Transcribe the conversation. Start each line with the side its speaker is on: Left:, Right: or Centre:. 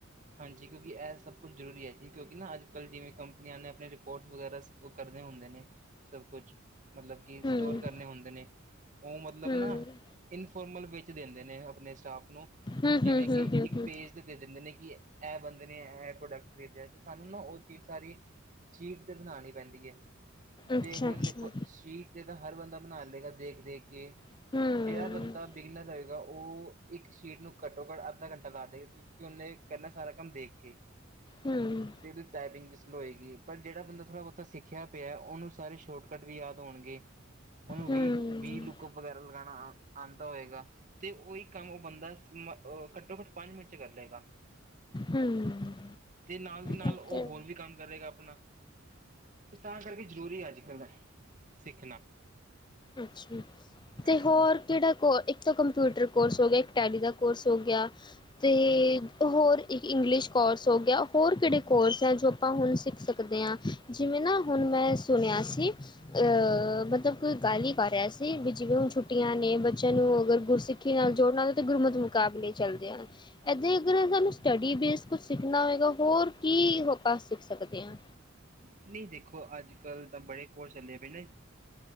Right: ਹਾਂਜੀ ਕਿਉਂਕਿ ਇਹ ਸਭ ਕੁਛ ਜ਼ਰੂਰੀ ਹੈ ਜੀ ਕਿਉਂਕਿ ਨਾ ਅੱਜ ਕੱਲ ਜਿਵੇਂ ਕੰਪਨੀਆਂ ਨੇ ਆਪਣੇ ਰਿਪੋਰਟਸ ਵਗੈਰਾ ਕਰ ਹੁੰਦੇ ਨੇ ਸਭ ਕੁਛ ਮਤਲਬ ਕਿ ਇਨ
Left: ਹੂੰ
Right: ਸਟੋਰ ਕਰਨੇ ਹੁੰਦੇ ਨੇ ਉਹ ਮਤਲਬ
Left: ਹੂੰ
Right: ਨਾ ਇਨਫੋਾਰਮਲ ਵ ਦਿੰਦੇ ਨੇ ਆਪਣੇ ਸਟਾਫ ਨੂੰ
Left: ਹੂੰ
Right: ਜਿਵੇਂ
Left: ਹੂੰ ਹੂੰ
Right: ਕਿ ਇੱਕ
Left: ਹੂੰ ਹੂੰ
Right: ਪੇਜ ਤੇ ਦੇ ਦਿੰਦੇ ਨੇ ਕਿ ਇਹ ਬੰਦੇ ਨੇ ਇਹ ਪ੍ਰੋਡਕਟ ਦੇਤਾ ਤੇ ਸਾਨੂੰ ਨਾ ਉਹ ਚੀਜ਼ ਸਾਰੀ ਸ਼ੀਟ ਤੇ ਬਣਾਉਣੀ ਪੈਂਦੀ ਹੈ।
Left: ਅੱਛਾ
Right: ਤੇ ਹੁਣ
Left: ਅੱਛਾ
Right: ਦੇਖੋ ਸ਼ੀਟ ਤੇ ਤਾਂ ਹਰ ਬੰਦਾ ਬਣਾ ਲਏਗਾ ਦੇਖ ਦੇਖ ਕੇ।
Left: ਹੂੰ
Right: ਜਿਹੜਾ ਬੰਦਾ ਬਿਗਨਰ ਹੋਏਗਾ ਉਹ ਇੱਕ ਸ਼ੀਟ ਨੂੰ ਘੱਟੋ ਘੱਟ ਅੱਧਾ ਘੰਟਾ ਲਾ ਦੇ ਕਿਉਂਕਿ ਉਹਨੇ ਕਰਨਾ ਸਾਰਾ ਕੰਮ ਦੇਖ ਕੇ।
Left: ਹੂੰ
Right: ਤੇ ਨਾ ਟਾਈਪਿੰਗ <unintelligible> ਲੋ ਹੋਏਗੀ ਪਰ ਜਿਹੜਾ ਬੰਦਾ ਥੋੜਾ ਬਹੁਤਾ ਸਿੱਖਿਆ ਪਿਆ ਉਹਨੂੰ ਸਾਰੇ ਸ਼ੋਰਟਕੱਟ ਵੀ ਯਾਦ ਹੋਣਗੇ। ਉਹਨੂੰ
Left: ਹੂੰ
Right: ਵੀਹ ਵੀਹ ਲੁਕਪ ਵਗੈਰਾ ਲਗਾਉਣਾ ਆਉਂਦਾ ਹੋਏਗਾ ਤੇ ਉਹੀ ਕੰਮ ਉਹ ਬੰਦਾ ਘੱਟੋ ਘੱਟ ਪੰਜ ਮਿੰਟ ਚ ਕਰ ਲਏਗਾ।
Left: ਹੂੰ
Right: ਤੇ ਨਾਲ ਦੀ ਨਾਲ
Left: ਓਕੇ
Right: ਉਹ ਹੋਰ ਵੀ ਕੰਮ ਕਰੇਗਾ ਆਪਣਾ। ਤੇ ਤਾਂ ਕਰਕੇ ਜ਼ਰੂਰੀ ਅੱਜ ਕੱਲ੍ਹ ਸਿੱਖਣਾ
Left: ਅੱਛਾ ਤੇ
Right: ਹਾਂਜੀ-ਹਾਂਜੀ।
Left: ਹੋਰ ਕਿਹੜਾ ਕੋ ਇੱਕ ਤਾਂ ਕੰਪਿਊਟਰ ਕੋਰਸ ਹੋ ਗਿਆ ਇੱਕ ਟੈਲੀ ਦਾ ਕੋਰਸ ਹੋ ਗਿਆ ਤੇ, ਹੋਰ ਇੱਕ ਇੰਗਲਿਸ਼ ਕੋਰਸ ਹੋ ਗਿਆ ਹੋਰ ਕਿਹੜੇ ਕੋਰਸ ਹੈ ਜੋ ਆਪਾਂ ਹੁਣ ਸਿੱਖ ਸਕਦੇ ਹਾਂ ਜਿਵੇਂ, ਨਾ ਹੁਣ ਮੈਂ ਸੁਣਿਆ ਸੀ ਅਹ ਮਤਲਬ ਗੱਲ ਹੀ ਪਾ ਰਿਹਾ ਸੀ ਵੀ ਜਿਵੇਂ ਹੁਣ ਛੁੱਟੀਆਂ ਨੇ ਬੱਚਿਆਂ ਨੂੰ ਅਗਰ ਗੁਰ ਸਿੱਖੀ ਨਾਲ ਜੋੜਨ ਨਾਲ ਤੇ ਗੁਰਮਤ ਮੁਕਾਬਲੇ ਚਦੇ ਹਨ ਇ ਅਰ ਸਾਨੂੰ ਸਟੱਡੀ ਬੇਸ ਕੁਛ ਸਿੱਖਣਾ ਹੋਏਗਾ ਹੋਰ ਕੀ ਪਾ ਸਕਦੇ ਹਾਂ,
Right: ਨਹੀਂ ਦੇਖੋ ਅੱਜ ਕੱਲ੍ਹ ਤਾਂ ਬੜੇ ਕੋਰਸ ਚੱਲੇ ਪਏ ਨਾ।